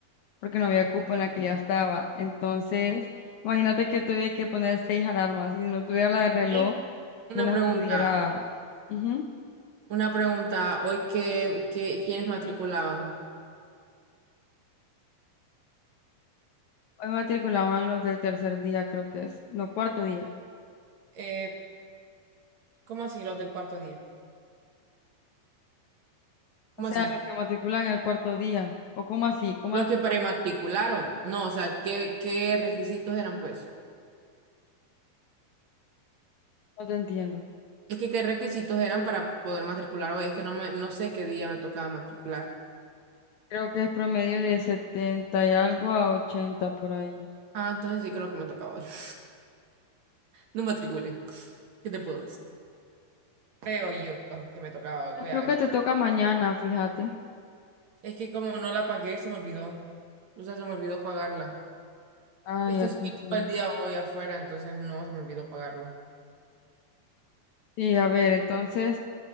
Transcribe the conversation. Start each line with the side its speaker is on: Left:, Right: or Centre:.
Left: porque no había cupo en la que ya estaba. Entonces, imagínate que tuve que poner seis alarmas. Si no tuviera la de reloj,
Right: Ey, Una
Left: no las
Right: pregunta,
Left: pudiera. Ujú.
Right: una pregunta. Hoy qué, qué, ¿quiénes matriculaban?
Left: Hoy matriculaban los del tercer día, creo que es. No, cuarto día.
Right: Eh, ¿cómo así los del cuarto día? ¿Cómo
Left: O sea,
Right: así?
Left: los que matriculan el cuarto día. ¿O cómo así? ¿Cómo
Right: Los
Left: as-
Right: que prematricularon. No, o sea, ¿qué, qué requisitos eran, pues?
Left: No te entiendo.
Right: Es que qué requisitos eran para poder matricular hoy. Es que no me, no sé qué día me tocaba matricular.
Left: Creo que es promedio de 70 y algo a ochenta por ahí.
Right: Ah, entonces sí creo que me tocaba hoy. <laughs> No matriculé. ¿Qué te puedo decir? Creo yo que me tocaba hoy. Voy
Left: Yo creo
Right: a ver.
Left: que te toca mañana, fíjate.
Right: Es que como no la pagué, se me olvidó. O sea, se me olvidó pagarla.
Left: Ah,
Right: Es
Left: ya
Right: que estuve
Left: te entiendo.
Right: todo el día hoy afuera, entonces no, se me olvidó pagarlo.
Left: Sí, a ver, entonces,